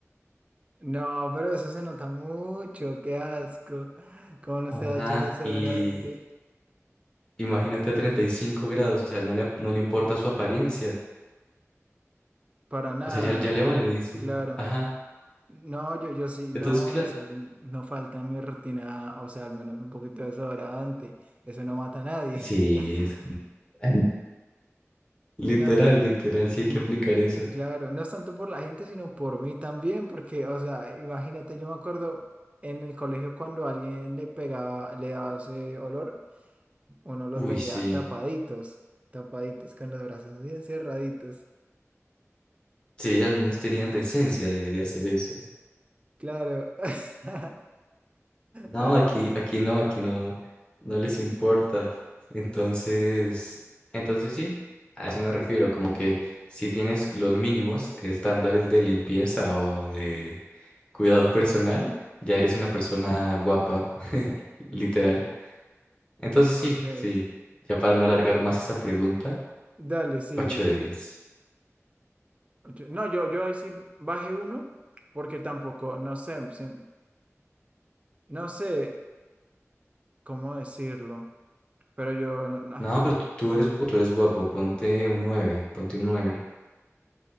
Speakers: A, on the right; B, on the left.
A: No, pero eso se nota mucho, qué asco. ¿Cómo no
B: Ajá,
A: se va a echar desodorante?
B: y imagínate a 35 grados, o sea, no le, no le importa su apariencia.
A: Para nada,
B: O sea, ya, ya le vale, dice.
A: claro.
B: Ajá.
A: No, yo, yo sí,
B: Entonces,
A: no,
B: claro.
A: eso n- no falta en mi rutina, o sea, al menos un poquito de desodorante. Eso no mata a nadie.
B: Sí,
A: <laughs>
B: es- <laughs> literal,
A: Y no,
B: literal, sí hay
A: n-
B: que aplicar eso.
A: claro, no es tanto por la gente, sino por mí también, porque, o sea, imagínate, yo me acuerdo en el colegio cuando alguien le pegaba, le daba ese olor. uno los
B: Uy,
A: veía
B: sí.
A: tapaditos, tapaditos, con los brazos bien cerraditos. <gasps>
B: Sí, al menos tenían decencia
A: <laughs>
B: de, de hacer eso.
A: Claro. <laughs>
B: No,
A: Ay,
B: aquí,
A: no.
B: aquí no, aquí no, no les importa. Entonces, entonces sí, a eso me refiero, como que si tienes los mínimos estándares de limpieza o de cuidado personal, ya eres una persona guapa, <laughs> literal. Entonces sí,
A: Ok.
B: sí, ya para no alargar más esa pregunta,
A: Dale, sí.
B: ocho de diez
A: Ocho- No, yo, yo ahí sí bajé uno, porque tampoco, no sé, si- no sé cómo decirlo, pero yo, no- no, ah,
B: No, pero tú tú eres, gu- tú eres guapo, ponte un nueve ponte un nueve